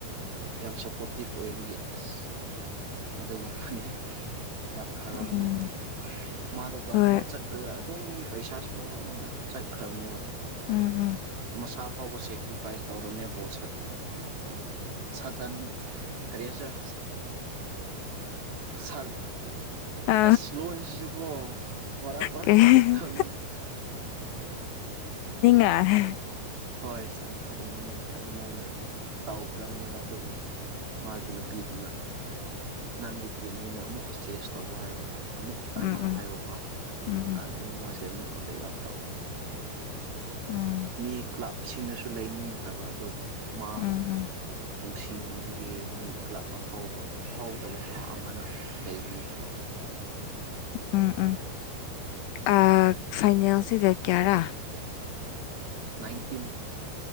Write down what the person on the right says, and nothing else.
ꯌꯥꯝ ꯁꯞꯄꯣꯔꯇꯤꯞ ꯑꯣꯏꯕꯒꯤ ꯑꯁ ꯑꯗꯨꯒꯃꯥꯗꯤ ꯌꯥꯝ ꯐꯔꯕꯅꯤ
ꯃꯥꯗꯣ ꯗꯣꯡꯐꯣꯜ
ꯑꯗꯥ ꯑꯗꯨꯝ ꯄꯩꯁꯥꯁꯨ ꯂꯣꯏꯅ ꯆꯠꯈ꯭ꯔꯕꯅꯦ
ꯃꯁꯥ ꯐꯥꯎ ꯁꯦꯀ꯭ꯔꯤꯐꯥꯏꯁ ꯇꯧꯔꯕꯅꯦ ꯕꯣꯜ ꯁꯟꯗꯥꯟ ꯀꯔꯤ ꯍꯥꯏꯁꯤꯔꯥ ꯁꯥꯟ
ꯑꯁ ꯂꯣꯟꯁꯤꯁꯨꯀꯣ ꯃꯔꯛ ꯃꯔꯛꯇꯥ
ꯊꯣꯛꯇꯥꯕꯥꯅꯦꯕꯥ
ꯍꯣꯏ ꯁꯥꯟꯅꯗꯥꯅꯤꯡꯉꯥꯏ ꯑꯗꯨꯃꯥꯏꯅ ꯇꯧꯈ꯭ꯔꯕꯅꯦꯕ ꯑꯗꯨꯕꯨ ꯃꯥꯒꯤ ꯅꯨꯄꯤꯗꯨꯅ ꯅꯪꯒꯤ ꯗ꯭ꯔꯤꯝꯅꯤꯅ ꯑꯃꯨꯛꯀ ꯆꯦꯖ ꯇꯧꯋ ꯍꯥꯏꯕ ꯑꯃꯨꯛꯀꯥ ꯇꯥꯟꯅꯎ
ꯍꯥꯏꯕꯀꯣ
ꯑꯗꯨꯗꯒꯤ ꯃꯥꯁꯦ ꯑꯃꯨꯛꯀꯥ ꯕꯦꯛꯑꯞ ꯇꯧꯕꯅꯤ
ꯃꯤ ꯀ꯭ꯂꯕ ꯁꯤꯡꯅꯁꯨ ꯂꯩꯅꯤꯡꯗ꯭ꯔꯕ ꯑꯗꯣ ꯃꯥ
ꯅꯨꯡꯁꯤꯕꯤꯕꯒꯤ ꯃꯤ ꯀ꯭ꯂꯕ ꯑꯐꯥꯎꯕ ꯑꯐꯥꯎꯗꯕ ꯀꯣ ꯑꯃꯅ ꯂꯩꯕꯤꯕꯥ
ꯅꯥꯏꯟꯇꯤꯟ